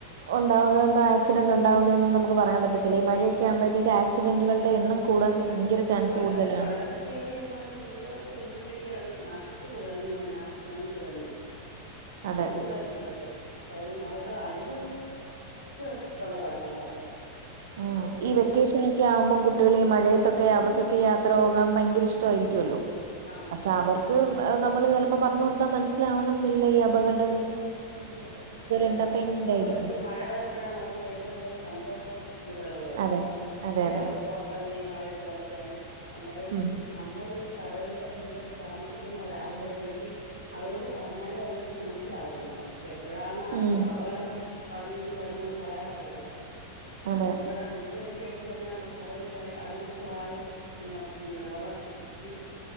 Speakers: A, on the right; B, on the left.
A: ഉണ്ടാവുന്നതന്ന് ആക്സിഡൻ്റ് ഉണ്ടാവുന്നു നമ്മുക്ക് പറയാൻ പറ്റത്തി ചില മഴയൊക്കെ
B: ആന്ന്.
A: ആകുമ്പോഴേക്കും ആക്സിഡന്റുകളുടെ എണ്ണം കൂടാൻ ഭയങ്കര
B: ആ
A: ചാൻസ്
B: കടലൊക്കെ
A: കൂടുതലാണ്.
B: കടലൊക്കെ കേറി എന്ന് പറഞ്ഞ വീടുകളൊക്കെ എന്തും വേണ്ടിയ നാശി അ സുനാമി തന്ന
A: അതെ.
B: എന്ത് തൊക്കെ കാര്യം അതൊക്കെ അനുഭവിച്ചിട്ടുള്ളതാ ഞങ്ങളൊക്കെ
A: ആഹ
B: കാര്യം
A: ഈ വെക്കേഷൻ വെക്കേഷനൊക്കെ ആകുമ്പോം കുട്ടികൾ ഈ മഴയത്തൊക്കെ അവർക്കൊക്കെ യാത്ര പോകാൻ ഭയങ്കര ഇഷ്ടമായിരിക്കുമല്ലോ
B: ആണ്
A: പക്ഷെ അവർക്ക് നമ്മൾ ചിലപ്പോ പറഞ്ഞു കൊടുത്താ മനസ്സിലാവണം എന്നില്ല ഈ അപകടം
B: ഇല്ല ഇല്ല ഇല്ല അവരെ
A: എന്റർടൈൻമെന്റ്
B: അത്
A: ആയിരിക്കും.
B: അവരൊക്കെ ഈ മഴ വരുമ്പോഴാണ് അവർക്ക് ഏറ്റവും കൂടുതൽ സന്തോഷവും കൂടുലുള്ളത്
A: അതെ. അതെ
B: അവരെ
A: അതെ.
B: അവർക്ക് പുറത്തിറങ്ങി മഴയത്ത് കളിക്കാനും അന്നേരം ഈ
A: ഉം
B: നമ്മൾ ഈ കടലിൻ്റെ തീരത്ത താമസിക്കുന്നവരാകുമ്പോഴത്തേക്ക് അവരോട് പറഞ്ഞാലും അതും അവർക്ക് മനസ്സിലാവത്തില്ല എപ്പോഴാണ്
A: ഉം
B: അപകടം പതിയിരുന്ന് വരുന്നെന്ന് പറയാൻ പറ്റത്തില്ല
A: അതെ.
B: ഇപ്പോഴ ഇപ്പോഴ ഈ അടുത്ത് തന്നെ കടല് അതിരൂക്ഷമാകും പിന്നെ പിന്നെ വള്ള ഈ